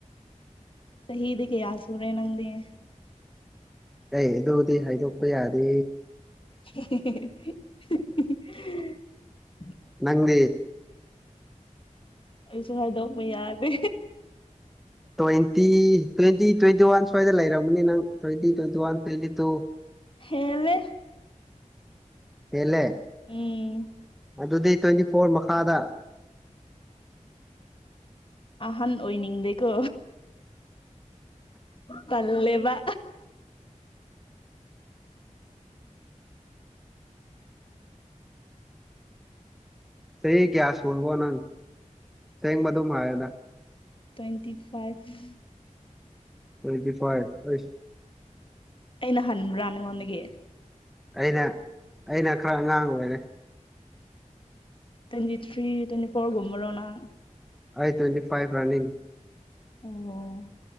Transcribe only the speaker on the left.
ꯁꯍꯤꯗꯤ ꯀ ꯌꯥ ꯁꯨꯔꯦ ꯅꯪꯗꯤꯦ
<inaudible>
ꯑꯩꯁꯨ ꯍꯥꯏꯗꯣꯛꯄ ꯌꯥꯗꯦ
ꯍꯦꯂꯦ
ꯎꯝ
ꯑꯍꯟ ꯑꯣꯏꯅꯤꯡꯗꯦꯀꯣ ꯄꯦꯜꯂꯦꯕ
ꯇ꯭ꯋꯦꯟꯇꯤ ꯐꯥꯏꯚ
ꯑꯩꯅ ꯍꯟꯕ꯭ꯔꯥ ꯅꯉꯣꯟꯗꯒꯤ
ꯇ꯭ꯋꯦꯟꯇꯤ ꯊ꯭ꯔꯤ ꯇ꯭ꯋꯦꯟꯇꯤ ꯐꯣꯔ ꯨꯝꯕꯔꯣ ꯅꯪ
ꯑꯣ